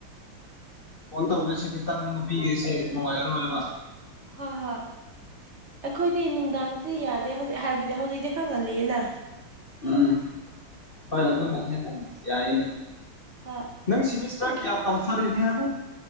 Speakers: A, on the left; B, on the right.
A: ꯐꯣꯟ ꯇꯧꯁꯦ ꯈꯤꯇꯪ ꯅꯨꯄꯤꯒꯦꯁꯦ ꯅꯨꯡꯉꯥꯏꯔꯔꯣꯏꯕ
B: ꯑ ꯍꯣꯏ ꯍꯣꯏ ꯑꯩꯈꯣꯏꯗꯤ ꯅꯨꯡꯗꯥꯡꯗꯗꯤ ꯌꯥꯗꯦ ꯍꯧꯖꯤꯛ ꯍꯥꯏꯕꯗꯤ ꯍꯧꯖꯤꯛꯇꯤ ꯈꯔ ꯉꯜꯂꯤꯌꯦꯅ
A: ꯎꯝ ꯍꯣꯏ ꯑꯗꯨ ꯑꯗꯨ ꯌꯥꯏꯅꯤ
B: ꯍꯣꯏ
A: ꯅꯪ ꯁꯤꯃꯤꯁꯇꯔ ꯀꯌꯥ ꯇꯝꯊꯔꯤꯅꯦ ꯍꯥꯏꯅꯣ